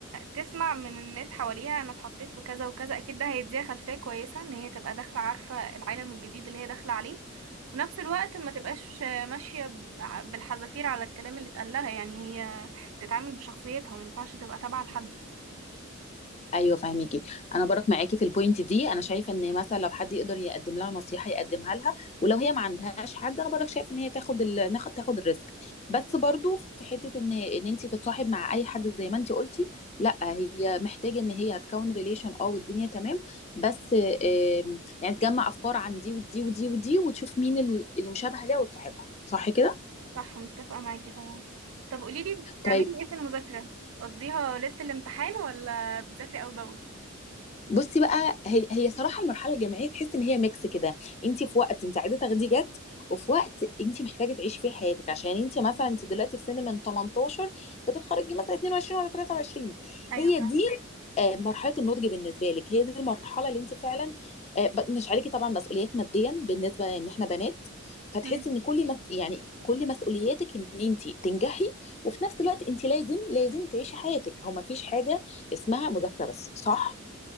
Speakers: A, on the right; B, on the left.
A: تسمع من الناس حواليها انا اتحطيت في كذا وكذا اكيد ده هيديها خلفية كويسة ان هي تبقى داخلة عارفة العالم الجديد اللي هي داخلة عليه وفي نفس الوقت ما تبقاش ماشية ب- بالحذافير على الكلام اللي اتقال لها يعني هي تتعامل بشخصيتها ما ينفعش تبقى تابعة لحد
B: ايوه فاهمكي انا برك معاكي في البوينت دي انا شايفه ان مثلا لو حد يقدر يقدم لها نصيحه يقدمها لها ولو هي ما عندهاش حد انا برك شايف ان هي تاخد ال... ناخد- تاخد الريسك بس برضو في حته ان ان انت تتصاحب مع اي حد زي ما انت قلتي لا هي محتاجه ان هي هتكون ريليشن اه والدنيا تمام بس آم، يعني تجمع افكار عن دي ودي ودي ودي وتشوف مين ال- اللي مشابهه ليها وتصاحبها صح كده
A: صح متفقة معاكي طبعا طب قوليلي بتعملي
B: طيب
A: ايه في المذاكرة تقضيها ليلة الامتحان ولا بتذاكري اول باول
B: بصي بقى هي هي صراحه المرحله الجامعيه تحس ان هي ميكس كده انت في وقت انت عايزه تاخديه جد وفي وقت انت محتاجه تعيشي فيه حياتك عشان انت مثلا انت دلوقتي في سن من 18 بتتخرجي مثلا 22 ولا 23
A: ايوه
B: هي دي آه، مرحله النضج بالنسبه لك هي دي المرحله اللي انت فعلا آه، ب- مش عليكي طبعا مسؤوليات ماديا بالنسبه ان احنا بنات فتحسي
A: فاهمة
B: ان كل مس... يعني كل مسؤولياتك ان انت تنجحي وفي نفس الوقت انت لازم لازم تعيشي حياتك هو ما فيش حاجه اسمها مذاكره بس صح